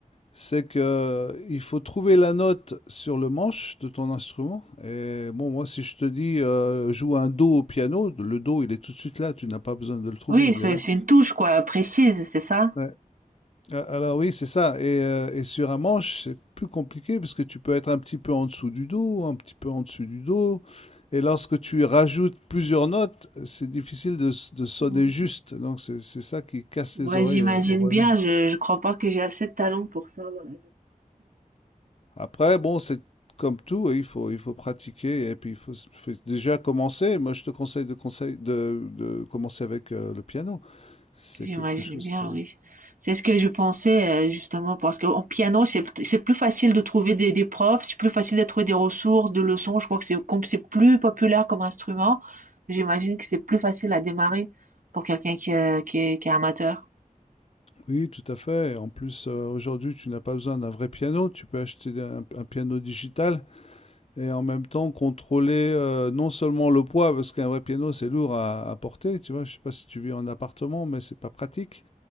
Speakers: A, on the left; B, on the right.
A: c'est que euh, il faut trouver la note sur le manche de ton instrument et bon, moi, si je te dis, heu: «Joue un do au piano», le do, il est tout de suite là, tu n'as pas besoin de le trouver,
B: Oui,
A: il
B: c'est
A: est là.
B: c'est une touche quoi précise, c'est ça?
A: Ouais. Ah, Alors oui, c'est ça. Et, euh, et sur un manche, c'est plus compliqué parce que tu peux être un petit peu en dessous du dos, un petit peu en dessous du dos. Et lorsque tu rajoutes plusieurs notes, c'est difficile de, s- de sonner
B: Mm.
A: juste. Donc c'est c'est ça qui casse
B: Ouais,
A: les oreilles
B: j'imagine
A: aux, aux voisins.
B: bien, je, je crois pas que j'ai assez de talent pour ça. voilà.
A: Après, bon, c'est comme tout, oui, il faut, il faut pratiquer et puis il faut, s- faut déjà commencer. Moi, je te conseille de, conseil- de, de commencer avec euh, le piano. C'est
B: J'imagine
A: quelque chose.
B: bien, oui. C'est ce que je pensais euh, justement parce qu'en piano, c'est c'est plus facile de trouver des, des profs, c'est plus facile de trouver des ressources, de leçons. Je crois que c'est comme c'est plus populaire comme instrument, j'imagine que c'est plus facile à démarrer pour quelqu'un qui, euh, qui est, qui est amateur.
A: Oui, tout à fait. Et En plus, euh, aujourd'hui, tu n'as pas besoin d'un vrai piano. Tu peux acheter un, un piano digital et en même temps contrôler euh, non seulement le poids, parce qu'un vrai piano, c'est lourd à, à porter. Tu vois, je sais pas si tu vis en appartement, mais c'est pas pratique.